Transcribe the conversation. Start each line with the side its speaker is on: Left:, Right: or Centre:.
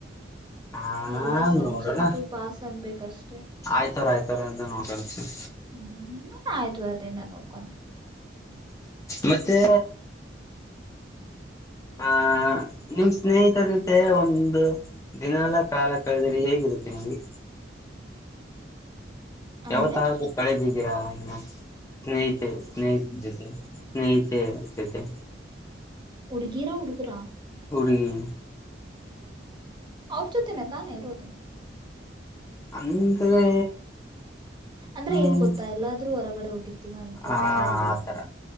Left: ಆ
Right: ಎಲ್ಲಾ ಸಬ್ಜೆಕ್ಟು
Left: ನೋಡೋಣ
Right: ಪಾಸ್ ಆಗ್ಬೇಕಷ್ಟೆ
Left: ಆಯ್ತಾರ ಆಯ್ತಾರ ಅಂತ ನೋಡ್ಕೊಂತ
Right: ಹೂ ಏನ್ ಆಯ್ತಾರದಿನಾ ನೋಡ. ಕೊಂತ.
Left: ಮತ್ತೇ. ಆ ನಿಮ್ ಸ್ನೇಹಿತರ ಜತೆ ಒಂದು ದಿನಯಲ್ಲ ಕಾಲ ಕಳೆದರಿ ಹೇಗಿರುತ್ತೆ ನಿಂಗೆ.
Right: ಅಂದ್ರೆ
Left: ಯಾವತ ಆದ್ರು ಕಳೆದ ದಿರಾ ಇಲ್ಲಾ ಸ್ನೇಹಿತೆ ಸ್ನೇಹಿತನ್ ಜೊತೆ. ಸ್ನೇಹಿತೆ ಜತೆ.
Right: ಹುಡುಗೀರಾ ಹುಡುಗರಾ.
Left: ಹುಡುಗಿ
Right: ಅವ್ರ ಜೊತೆನೆೇ ತಾನೇ ಇರೋದು
Left: ಅಂದ್ರೆ
Right: ಅಂದ್ರೆ
Left: ಹ್ಮ್
Right: ಏನ್ ಗೊತ್ತಾ ಎಲ್ಲಾದ್ರೂ ಹೊರಗಡೆ ಹೋಗಿರ್ತೀವ ಅನ್ಕೋ
Left: ಆ
Right: ಜೊತೆಯಲ್ಲಿ
Left: ಆತರ